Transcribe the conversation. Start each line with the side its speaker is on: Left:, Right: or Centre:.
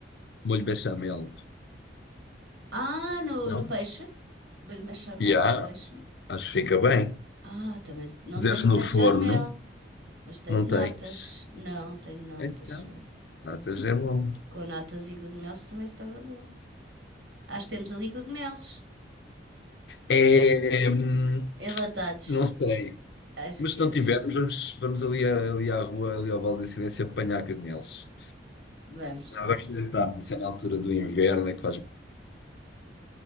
Left: molho bechamel.
Right: Ah, no,
Left: Não?
Right: no peixe? Bolho bechamel
Left: E há,
Right: no peixe.
Left: acho que fica bem.
Right: Ah, também não
Left: Desde
Right: tenho
Left: no
Right: bechamel,
Left: forno,
Right: mas tenho
Left: não tens.
Right: natas. Não, tenho natas.
Left: Então,
Right: só.
Left: natas é bom.
Right: Com natas e cogumelos também ficava bom. Acho que temos ali cogumelos
Left: É, hum,
Right: enlatados.
Left: não sei.
Right: Acho
Left: Mas
Right: que temos.
Left: se não tivermos, vamos, vamos ali, a- ali à rua, ali ao Vale da Silêncio, apanhar cogumelos.
Right: Vamos.
Left: Não, agora já está. Isso é na altura do inverno, é que faz